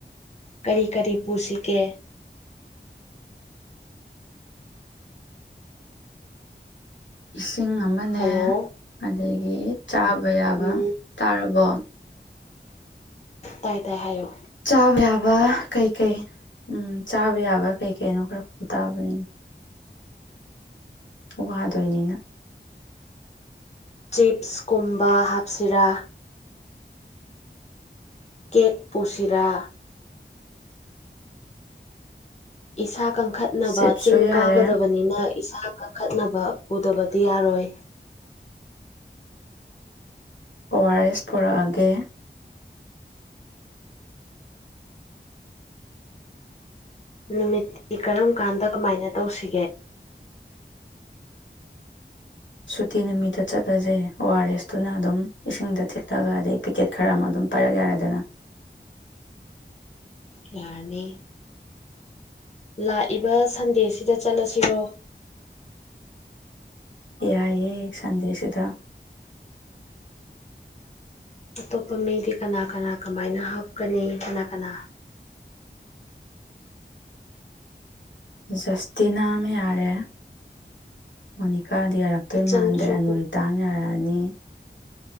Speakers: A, on the left; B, on the left.
A: ꯀꯔꯤ ꯀꯔꯤ ꯄꯨꯁꯤꯒꯦ
B: ꯎ ꯆꯤꯡ ꯑꯃꯅꯦ
A: ꯍꯜꯂꯣ
B: ꯑꯗꯒꯤ ꯆꯥꯕ ꯌꯥꯕ
A: ꯎꯝ
B: ꯇꯥꯔꯕꯣ
A: ꯇꯥꯏ ꯇꯥꯏ ꯍꯥꯏꯌꯣ
B: ꯆꯥꯕ ꯌꯥꯕ ꯀꯩꯀꯩ ꯎꯝ ꯆꯥꯕ ꯌꯥꯕ ꯀꯩꯀꯅꯣ ꯈꯔ ꯇꯥꯕꯅꯤ ꯋꯥꯗꯣꯏꯅꯤꯅ
A: ꯆꯤꯞꯁꯀꯨꯝꯕ ꯍꯥꯞꯁꯤꯔꯥ ꯀꯦꯛ ꯄꯨꯁꯤꯔꯥ ꯏꯁꯥ ꯀꯝ ꯈꯠꯅꯕ
B: ꯆꯤꯞꯁꯨ
A: ꯆꯤꯡ
B: ꯌꯥꯔꯦ
A: ꯀꯥꯒꯗꯕꯅꯤꯅ ꯏꯁꯥ ꯀꯟꯈꯠꯅꯕ ꯄꯨꯗꯕꯗꯤ ꯌꯥꯔꯣꯏ
B: ꯑꯣ ꯑꯥꯔ ꯑꯦꯁ ꯄꯨꯔꯛꯑꯒꯦ
A: ꯅꯨꯃꯤꯠꯇꯤ ꯀꯔꯝ ꯀꯥꯟꯗ ꯀꯃꯥꯏꯅ ꯇꯧꯁꯤꯒꯦ
B: ꯁꯨꯇꯤ ꯅꯨꯃꯤꯠꯇ ꯆꯠꯂꯁꯦ ꯑꯣ ꯑꯥꯔ ꯑꯦꯁꯇꯨꯅ ꯑꯗꯨꯝ ꯏꯁꯤꯡꯗ ꯊꯤꯠꯂꯒ ꯑꯗꯩ ꯄꯤꯀꯦꯠ ꯈꯔ ꯑꯃ ꯑꯗꯨꯝ ꯄꯥꯏꯔꯛ ꯌꯥꯔꯦꯗꯅ
A: ꯌꯥꯔꯅꯤ ꯂꯥꯛꯏꯕ ꯁꯟꯗꯦꯁꯤꯗ ꯆꯠꯂꯁꯤꯔꯣ
B: ꯌꯥꯏꯌꯦ ꯁꯟꯗꯦꯁꯤꯗ
A: ꯑꯇꯣꯞꯄ ꯃꯤꯗꯤ ꯀꯅꯥ ꯀꯅꯥ ꯀꯃꯥꯏꯅ ꯍꯥꯞꯀꯅꯤ ꯀꯅꯥ ꯀꯅꯥ
B: ꯖꯁꯇꯤꯅꯥꯝꯥ ꯌꯥꯔꯦ ꯃꯅꯤ ꯀꯥꯗꯤ ꯌꯥꯔꯛꯇꯣꯏ
A: ꯏꯆꯟꯁꯨ
B: ꯃꯥꯟꯗ꯭ꯔꯦ ꯑꯅꯣꯏꯔꯤ ꯇꯥꯡꯅ ꯌꯥꯔꯦ ꯑꯅꯤ